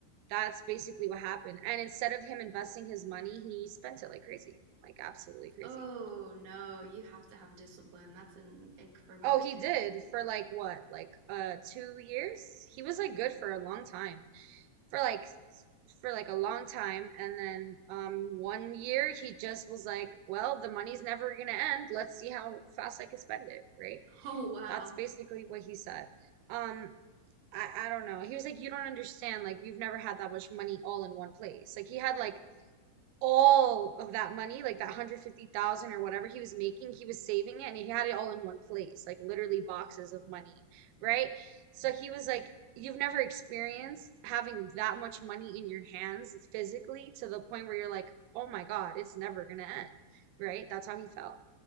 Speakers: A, on the right; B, on the right.
A: that's basically what happened. And instead of him investing his money, he spent it like crazy. Like absolutely crazy.
B: Oh no, you have to have discipline. That's an ick for me
A: Oh,
B: too.
A: he did
B: <laughs>
A: for like what? Like uh 2 years? He was like good for a long time. for like for like a long time and then um one year he just was like well the money's never gonna end let's see how fast I can spend it right
B: Oh wow.
A: that's basically what he said um I I don't know he was like you don't understand like you've never had that much money all in one place like he had like all of that money, like that 150,000 or whatever he was making, he was saving it and he had it all in one place, like literally boxes of money, right? So he was like, you've never experienced having that much money in your hands physically to the point where you're like, oh my God, it's never gonna end, right? That's how he felt.